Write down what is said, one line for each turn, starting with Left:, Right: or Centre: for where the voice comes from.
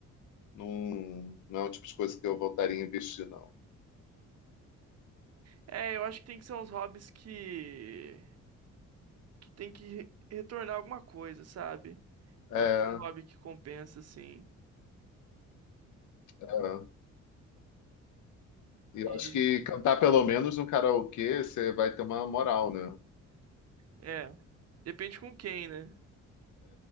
Left: não, não é o tipo de coisa que eu voltaria a investir, não.
Right: É, eu acho que tem que ser uns hobbies que... Que tem que re- retornar alguma coisa, sabe?
Left: É...
Right: Não é qualquer hobby que compensa, assim.
Left: é. E eu
Right: E...
Left: acho que cantar pelo menos no karaokê, você vai ter uma moral, né?
Right: É, depende com quem, né?